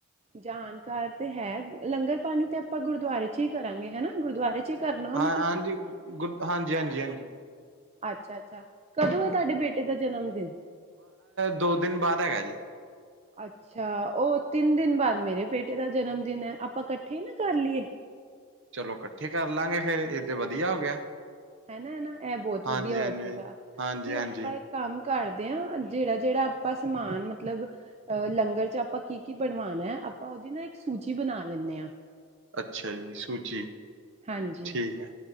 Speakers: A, on the right (about 30°); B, on the right (about 55°).
A: ਜਾਣਕਾਰ ਤੇ ਹੈ ਲੰਗਰ ਪਾਣੀ ਤੇ ਆਪਾਂ ਗੁਰੂਦੁਆਰੇ ਚ ਹੀ ਕਰਾਂਗੇ ਹਨਾ ਗੁਰੂਦੁਆਰੇ ਚ ਕਰਨਾ ਉਹਨੂੰ
B: ਹਾਂ
A: ਤੁਸੀਂ
B: ਹਾਂਜੀ, ਗੁ ਹਾਂਜੀ ਹਾਂਜੀ।
A: ਅੱਛਾ ਅੱਛਾ ਕਦੋਂ ਹੈ ਤੁਹਾਡੇ ਬੇਟੇ ਦਾ, ਜਨਮ ਦਿਨ?
B: ਦੋ ਦਿਨ, ਬਾਅਦ ਹੈਗਾ ਜੇ?
A: ਅੱਛਾ, ਉਹ ਤਿੰਨ ਦਿਨ ਬਾਅਦ, ਮੇਰੇ ਬੇਟੇ ਦਾ ਜਨਮ ਦਿਨ ਹੈ, ਆਪਾਂ ਇਕੱਠੇ ਨਾ ਕਰ ਲਈਏ?
B: ਚਲੋ ਇਕੱਠੇ ਕਰ ਲਾਂਗੇ ਫੇਰ ਇਹਏ ਤੇ ਵਧੀਆ ਹੋ ਗਿਆ।
A: ਹਨਾ, ਨਾ ਇਹ ਬਹੁਤ
B: ਹਾਂਜੀ
A: ਵਧੀਆ ਹੋ
B: ਹਾਂਜੀ
A: ਜਵੇਗਾ,
B: ਹਾਂਜੀ
A: ਫਿਰ
B: ਹਾਂਜੀ
A: ਆਪਾਂ ਇੱਕ ਕੰਮ। ਕਰਦੇ ਹਾਂ, ਜਿਹੜਾ ਜਿਹੜਾ ਆਪਾਂ ਸਮਾਨ ਮਤਲਬ ਅਹ ਲੰਗਰ ਚ ਆਪਾਂ ਕੀ ਕੀ ਬਣਵਾਉਣਾ ਆਪਾਂ, ਉਹਦੀ ਨਾ, ਇੱਕ ਸੂਚੀ ਬਣਾ ਲੈਂਣੇ ਆਂ।
B: ਅੱਛਾ ਜੀ, ਸੂਜੀ
A: ਹਾਂਜੀ,
B: ਠੀਕ ਹੈ